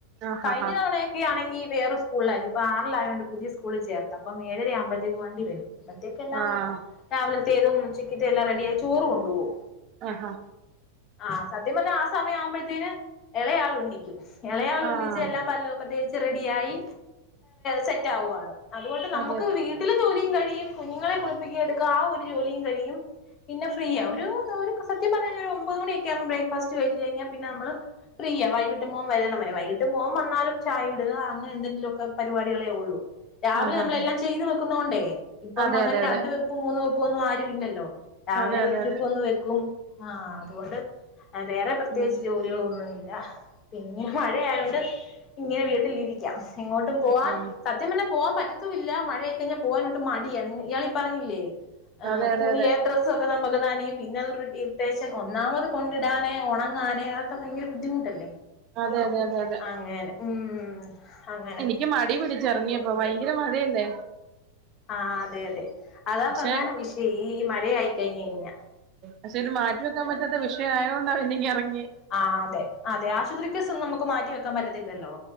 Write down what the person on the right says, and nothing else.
ആഹ്
ആഹ്
ആഹ്
ആഹാ
ആഹ്
അതെ അതെ
ആഹ്
ആഹ്
അതെ
അതെ അതെ
അതെ അതെ
അതെ
ഉം
ഉം
അതെ അതെ
അതെ
അതെ അതെ അതെ അതെ
ക്ക് മടി പിടിച്ചെറങ്ങ്യപ്പൊ ഭയങ്കര മഴയല്ലേ
പക്ഷെ
പഷെ ഇത് മാറ്റി വെക്കാൻ പറ്റാത്ത വിഷയായോണ്ടാ പിന്നെങ്ങെറങ്യേ